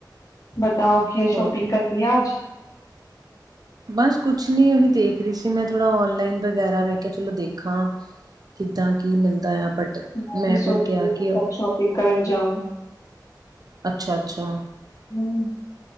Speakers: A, on the left; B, on the right.
A: ਬੱ ਤਾਂ ਕੀ ਸ਼ੋਪਿੰਗ
B: ਹੋਰ
A: ਕਾ ਕੀਆ ਆਜ।
B: ਬਸ ਕੁਛ ਨੀ ਉਹੀ ਦੇਖ ਰਹੀ ਸੀ ਮੈਂ ਥੋੜਾ ਉਨਲਾਈਨ ਵਗੈਰਾ ਮੈਂ ਕਿਹਾ ਚਲੋ ਦੇਖਾਂ ਕਿੱਦਾਂ ਕੀ ਮਿਲਦਾ। ਬਟ
A: ਮੈਂ ਵੀ ਸੋਚ
B: ਫਿਰ ਕਿਹਾ
A: ਦੀ
B: ਕਿ
A: ਕਲ ਸ਼ੋਪਿੰਗ ਕਰਨ ਜਾਊ।
B: ਅੱਛਾ ਅੱਛਾ
A: ਹੂ